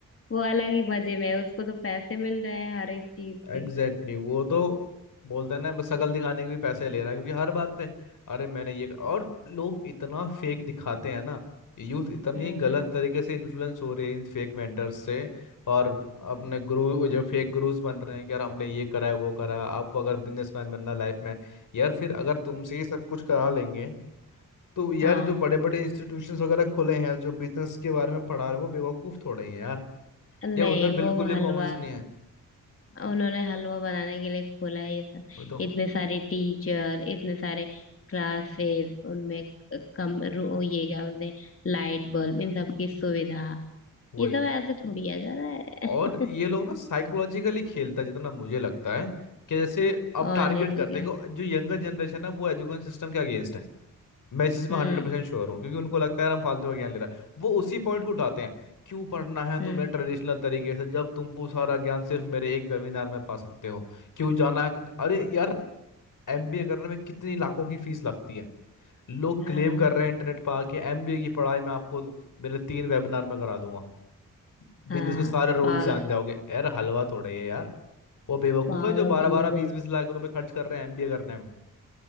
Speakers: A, on the left; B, on the left.
A: वो अलग ही मजे में है उसको तो पैसे मिल रहे हैं हर एक चीज
B: एग्जैक्टली
A: के
B: exactly, वो तो बोलते हैं ना बस शक्ल दिखाने के भी पैसे ले रहा है क्योंकि हर बात पे अरे मैंने ये और
A: हम्म
B: लोग इतना फेक दिखाते हैं ना यूथ इतनी
A: हम्म
B: गलत तरीके से इन्फ्लुएंस हो रही है इन फेक मेंटर्स से और अपने
A: हम्म
B: गुरु वो जो फेक गुरुज बन रहे हैं कि यार हमने ये करा है वो करा है आपको अगर बिजनेसमैन बनना है लाइफ में यार फिर अगर तुमसे ही सब कुछ करा लेंगे तो यार
A: हाँ
B: जो बड़े बड़े इंस्टीट्यूशंस वगैरह खुले हैं जो बिजनेस के बारे में पढ़ा रहे हैं वो बेवकूफ थोड़े ही हैं यार
A: नहीं
B: या उनमें बिल्कुल
A: वो
B: ही
A: हलवा
B: कॉमन नहीं है
A: उन्होंने हलवा बनाने के लिए खोला है ये सब
B: वही तो
A: इतने सारे टीचर इतने सारे क्लासेस उनमें कम रो- ये क्या बोलते हैं लाइट बल्ब इन सब की सुविधा
B: वही
A: ये सब ऐसे थोड़ी आ जा रहा है
B: और ये लोग ना साइकोलॉजिकली खेलता है जितना मुझे लगता है कि जैसे
A: <laughs>
B: अब
A: और
B: टारगेट
A: नहीं तो
B: करते
A: क्या
B: हैं कि जो यंगर जनरेशन है वो एजुकेशन सिस्टम के अगेंस्ट है मैं इस चीज में
A: हम्म
B: हंड्रेड परसेंट श्योर हूँ क्योंकि उनको लगता है यार हम फालतू का ज्ञान ले रहा है वो उसी पॉइंट को उठाते हैं क्यों पढ़ना है तुम्हें
A: हम्म
B: ट्रेडिशनल तरीके से जब तुम वो सारा ज्ञान सिर्फ मेरे एक वेबिनार में पा सकते हो क्यों जाना है अरे यार एमबीए करने में कितनी लाखों की फीस लगती है लोग
A: हाँ
B: क्लेम कर रहे हैं इंटरनेट पर आके एमबीए की पढ़ाई मैं आपको मेरे तीन वेबिनार में करा दूंगा।
A: हाँ
B: बिजनेस के सारे रूल्स
A: पागल
B: जान जाओगे यार हलवा थोड़ा ही है यार वो बेवकूफ
A: पागल
B: है जो बारह
A: समझ
B: बारह
A: रहे।
B: बीस
A: हो।
B: बीस लाख रुपए खर्च कर रहे हैं एमबीए करने में